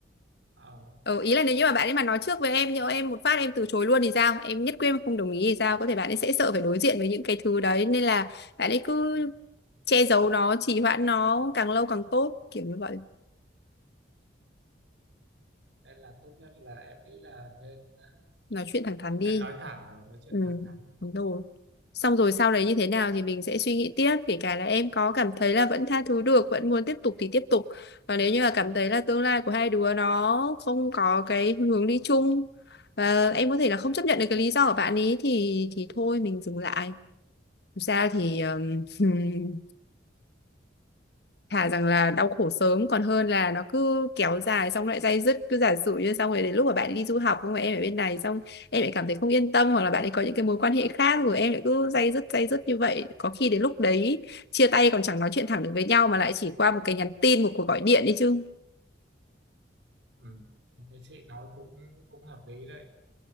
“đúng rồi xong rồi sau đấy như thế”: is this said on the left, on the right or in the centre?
Left